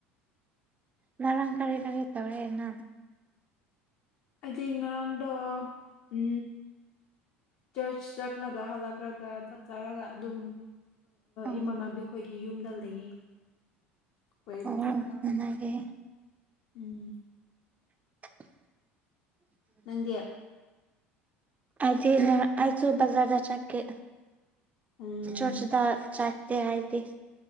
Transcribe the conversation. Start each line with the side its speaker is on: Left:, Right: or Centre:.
Right: ꯉꯔꯥꯡ ꯀꯔꯤ ꯀꯔꯤ ꯇꯧꯌꯦ ꯅꯪ
Left: ꯑꯩꯗꯤ ꯉꯔꯥꯡꯗꯣ ꯎ ꯆꯔꯆ ꯆꯠꯂꯒ ꯍꯜꯂꯛꯂꯒ ꯆꯥꯛ ꯆꯥꯔꯒ ꯑꯗꯨꯝ
Right: ꯑꯣ
Left: ꯏꯃꯥꯟꯅꯕꯤꯈꯣꯏꯒꯤ ꯌꯨꯝꯗ ꯂꯩꯌꯦ ꯀꯣꯏꯕ
Right: ꯑꯣ
Left: ꯆꯠꯄ ꯑꯩꯈꯣꯏ
Right: ꯆꯒꯦ
Left: ꯎꯝ
Right: <inaudible>
Left: ꯅꯪꯗꯤꯦ
Right: ꯑꯗꯤ ꯏ ꯑꯁꯨ ꯖꯥꯗ ꯆꯦ
Left: ꯎꯝ
Right: ꯆꯔꯆꯗ ꯆꯥꯇ ꯍꯥꯏꯥꯏꯗꯤ